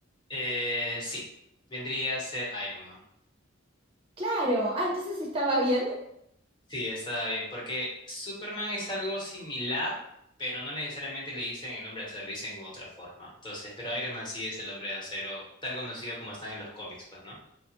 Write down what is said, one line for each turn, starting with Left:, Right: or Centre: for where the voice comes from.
Left: eh, sí, vendría a ser Iron Man.
Right: Claro, ah, entonces estaba bien.
Left: Sí, está bien, porque Superman es algo similar, pero no necesariamente le dicen el hombre de acero, le dicen otra forma. Entonces, pero Iron Man sí es el hombre de acero, tal conocido como están en los cómics, pues, ¿no?